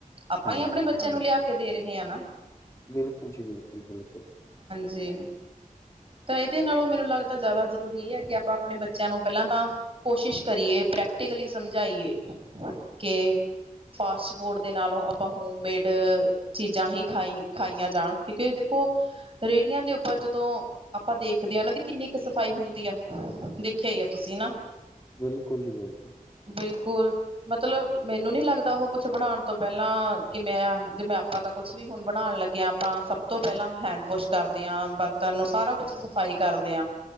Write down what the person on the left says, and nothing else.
ਖਾਂਦੇ
ਜੀ
ਬਿਲਕੁਲ
ਬਿਲਕੁਲ ਜੀ, ਬਿਲਕੁਲ- ਬਿਲਕੁਲ।
ਬਿਲਕੁਲ ਜੀ, ਬਿਲਕੁਲ